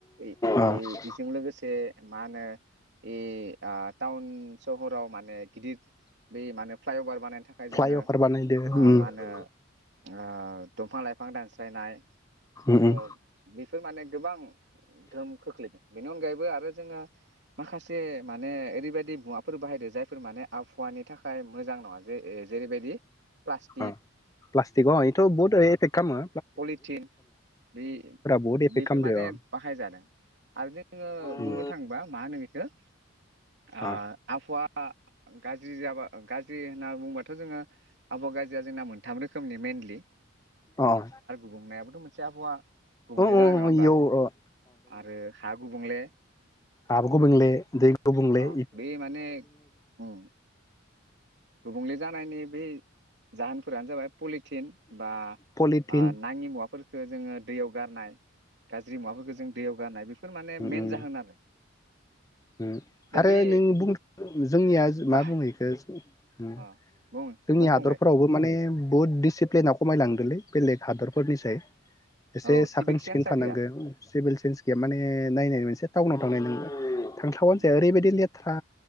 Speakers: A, on the right (about 55°); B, on the left (about 15°).
A: ई
B: अ
A: ईजों लोगोसे मा होनो ई टाउन <unintelligible> सहराव माने गिदिर बे मानो फ्लाइअभार बानायनो थाखाय जोङो
B: फ्लाइअभार बानायदो
A: ओ
B: उम उम
A: ओ ओ दंफां लाइफां दानस्लायनाय
B: उम
A: औ बेफो फोरमाने। गोबां गोहोम खोख्लैदों। बेनि अनगायैबो आरो जोङो माखासे माने एरैबायदि मुवाफोर बाहायदो जायफोर माने आबहावानि थाखाय मोजां नङा। जे ए जेरैबायदि प्लास
B: अह प्लास्टिकआव इथ बहुत ओरै एफेक्ट खामो।
A: पलिथिन बे
B: बहुद एफेक्ट
A: बेफोरमाने
B: खालामदो अ
A: बाहायजादों आरोजे जोङो
B: उम
A: बुंनो थाङोबा माहोनो बेखो। ओह
B: अ
A: आबहावा। आ गाज्रि जाबा गाज्रि होना बुंङोबाथ जोङो आबहावा गाज्रिया जोंना मोनथाम रोखोमनि मइेनलि।
B: अह।
A: गुबुंनायाबोथ मोनसे आबहावा। गुबुंले
B: अह अह
A: जानाय नङा
B: अह
A: होमबा
B: य ओह।
A: आरो हा गुबुं। गुबुंंले।
B: हाबो गुबुंले दै गुबुंले
A: औ बे माने उम गुबुंले जानायनि बे जाहोनफोरानो जाबाय। पलिथिन बा
B: पलिटिन
A: आ नाङि मुवाफोर खो जोङो दैयाव गारनाय गाज्रि मुवाफोरखोजों दैयाव गारनाय बेफोर माने
B: उम
A: मेेन
B: उम
A: जाहोन आरो।
B: उम
A: दा
B: आरो
A: बे
B: नों बुं जोंनिया
A: बाहाय
B: मा बुङो इखो उम
A: अ बुं
B: जोंनि
A: बुं
B: हादरफोरावबो
A: फंबाय
B: माने बुहुत दिसिप्लेना खमायलाङो बेलेग हादर फोरनिसाय। एसे
A: औ
B: साखोन
A: सिभिक सेन्सआ
B: सिखोन थानांगो
A: गैया
B: सिभिल सेन्सगैया माने नायनाय मोनसे टाउनाव थांनाय नों थांथावानोजाया
A: उम
B: रैबायदि लेथ थ्रा